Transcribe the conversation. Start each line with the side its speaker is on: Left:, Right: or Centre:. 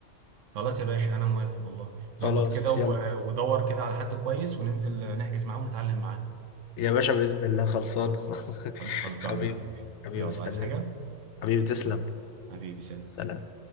Right: خلاص يا باشا انا موافق والله ظبط
Left: خلاص
Right: كده و-
Left: يلا بينا
Right: ودور كده على حد كويس وننزل نحجز معاه ونتعلم معاه
Left: يا باشا بإذن الله خلصان <laughs>
Right: خل- خلصانه
Left: حبيبي
Right: يا حبيبي
Left: حبيبي
Right: يلا
Left: مستنيك
Right: عايز حاجه
Left: حبيبي تسلم
Right: حبيبي سلام
Left: سلام